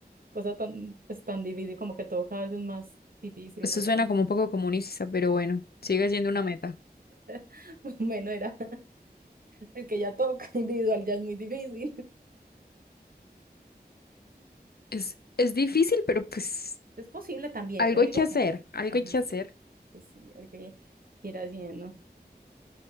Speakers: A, on the right (about 60°); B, on the left (about 70°).
A: cosa tan, pues, tan difícil, como que todo cada vez es más difícil,
B: Eso
A: no sé.
B: suena como un poco comunista, pero bueno, sigue siendo una meta.
A: <laughs> Bueno, era el que ya toca <laughs> individual, ya es muy difícil. <laughs>
B: Es, es difícil, pero pues
A: Es posible también,
B: algo
A: yo no
B: hay
A: digo
B: que hacer,
A: que no.
B: algo
A: Ajá,
B: hay que hacer.
A: sí, sí, el que quiera haciendo.